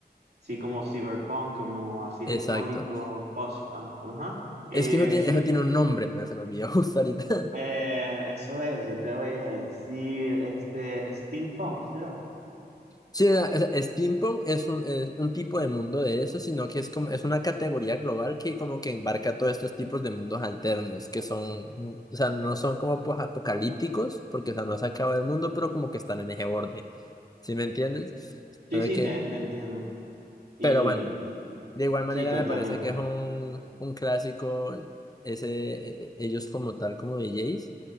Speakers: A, on the right; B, on the left.
A: sí, como cyberpunk, como así electrónico,
B: Exacto.
A: post, ah, ajá. Eh,
B: Es que eso tiene,
A: sí,
B: eso tiene un nombre, pero se me olvidó <laughs> justo ahorita.
A: eh, eso es, ya te voy a decir, este, steampunk, ¿será?
B: Sí, o sea, o sea, steampunk es un, es un tipo de mundo de eso, sino que es como, es una categoría global que como que embarca todos estos tipos de mundos alternos, que son, mm, o sea, no son como pues, apocalípticos, porque o sea, no se acaba el mundo, pero como que están en ese borde. ¿Sí me entiendes? Pero
A: Sí, sí,
B: que,
A: te, te entiendo. Y
B: pero bueno. De igual manera
A: sí, totalmente.
B: me parece que es un, un clásico ese, eh, ellos como tal, como DJs,